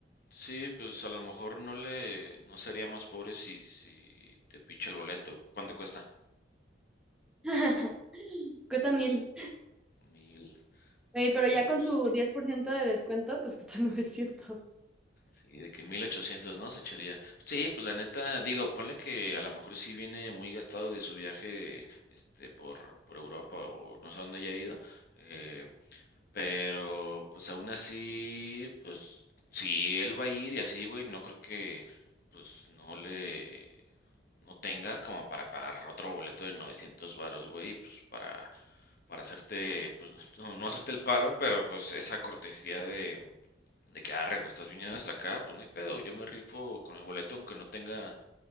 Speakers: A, on the left; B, in the centre.
A: Sí, pues a lo mejor no le, no sería más pobre si, si te picha el boleto. ¿Cuánto cuesta?
B: <laughs> Cuesta mil.
A: Mil,
B: Güey, pero
A: sí,
B: ya con
A: pues,
B: su 10% de descuento, pues cuesta <laughs> novecientos
A: sí, de que mil ochocientos, ¿no? Se echaría. Sí, pues la neta, digo, ponle que a lo mejor sí viene muy gastado de su viaje, este, por, por Europa o no sé a dónde haya ido. eh, Pero, pues aún así, pues si él va a ir y así, güey, no creo que, pues no le, no tenga como para pagar otro boleto de 900 varos, güey, pues para, para hacerte, pues <laughs> no, no hacerte el paro, pero pues esa cortesía de, de que, arre, güey, estás viniendo hasta acá, pues no hay pedo, yo me rifo con el boleto aunque no tenga,